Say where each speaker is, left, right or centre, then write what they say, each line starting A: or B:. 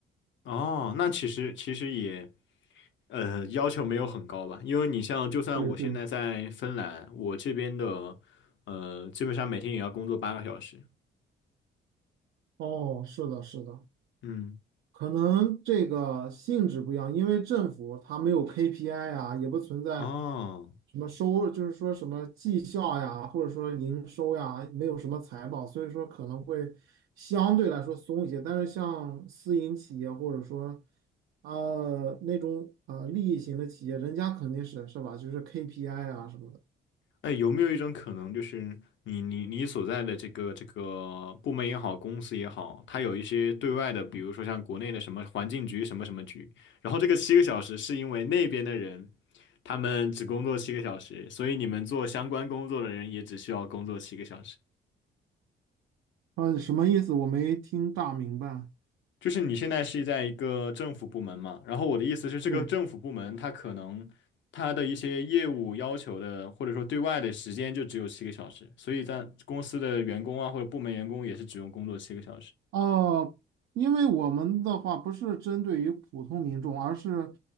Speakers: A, on the left; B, on the right.
A: 哦，那其实其实也呃，要求没有很高吧，因为你像，就算我现在在芬兰，
B: 对对，
A: 我这边的，呃，基本上每天也要工作八个小时。
B: 哦，是的，是的，
A: 嗯，
B: 可能这个性质不一样，因为政府它没有 KPI 啊，也不存在
A: 哦，
B: 什么收，就是说什么绩效呀，或者说营收呀，没有什么财报，所以说可能会相对来说松一些。但是像私营企业或者说呃那种呃利益型的企业，人家肯定是是吧，就是 KPI 啊什么的。
A: 哎，有没有一种可能，就是你你你所在的这个这个部门也好，公司也好，它有一些对外的，比如说像国内的什么环境局什么什么局，然后这个七个小时是因为那边的人他们只工作七个小时，所以你们做相关工作的人也只需要工作七个小时。
B: 呃，什么意思？我没听大明白。
A: 就是你现在是在一个政府部门嘛，然后我的意思是，这个政府部门它可能它的一些业务要求的，
B: 对，
A: 或者说对外的时间就只有七个小时，所以在公司的员工啊或者部门员工也是只用工作七个小时。
B: 哦，因为我们的话不是针对于普通民众，而是，